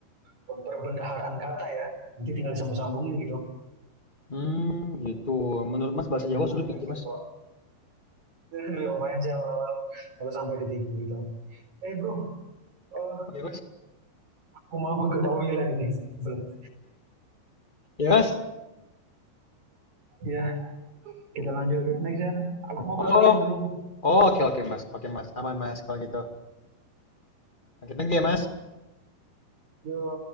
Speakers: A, on the right (about 45°); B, on the left (about 25°).
A: perbendaharaan kata ya nanti tinggal disambung-sambungin gitu
B: hmm gitu. Menurut Mas bahasa Jawa
A: Hmm,
B: sulit nggak sih,
A: gitu
B: Mas?
A: <laughs> ya lumayan sih awal-awal aku sampai ditipu gitu eh bro eh,
B: Oke, Mas.
A: aku mau ke ketahui lagi ini Belet.
B: Ya, Mas?
A: ya kita lanjut next ya aku mau ke
B: Oh.
A: toilet dulu
B: Oh, oke oke, Mas. Oke, Mas. Aman, Mas, kalau gitu. Oke, thank you ya, Mas.
A: Ya,